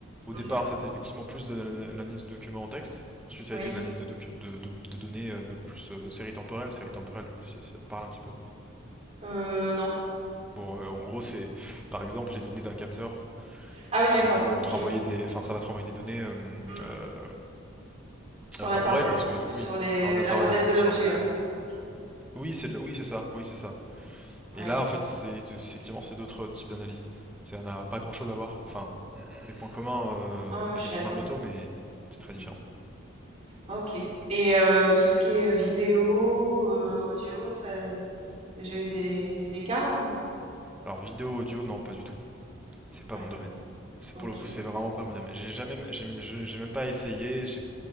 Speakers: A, in the centre; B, on the right.
A: Au
B: Mhm,
A: départ, c'était effectivement plus de l'analyse de documents en texte. Ensuite, ça
B: Oui.
A: a été de l'analyse de, de- de- de données euh, plus euh, série temporelle. Série temporelle, euh, ça, ça te parle un petit peu.
B: Euh, non.
A: Bon, euh, en gros, c'est par exemple les données d'un capteur
B: Ah oui,
A: qui
B: d'accord,
A: vont
B: ok.
A: te renvoyer des. Enfin, ça va te renvoyer des données euh,
B: Mm.
A: euh,
B: Sur
A: euh,
B: l'internet
A: temporelles parce que,
B: sur
A: oui,
B: les
A: sur un intervalle
B: l'internet
A: de temps,
B: de l'objet,
A: sur un,
B: ouais. Ah OK.
A: Oui, c'est de la- oui, c'est ça, oui, c'est ça. Et
B: Ouais.
A: là, en fait, c'est effectivement, c'est d'autres types d'analyses. C'est- Ça n'a pas grand-chose à voir. Enfin, des points communs euh,
B: Ouais, ouais,
A: et
B: je
A: des
B: suis
A: fondamentaux,
B: d'accord.
A: mais c'est très
B: Mmh.
A: différent.
B: Ah OK et heu, tout ce qui est, vidéo, heu, audio, tu as déjà eu des des cas ou non?
A: Alors, vidéo, audio, non, pas du tout. C'est pas
B: D'accord.
A: mon domaine. C'est
B: OK.
A: pour le coup, c'est vraiment pas mon domaine. J'ai jamais, j'ai j'ai- j'ai même pas essayé, j'ai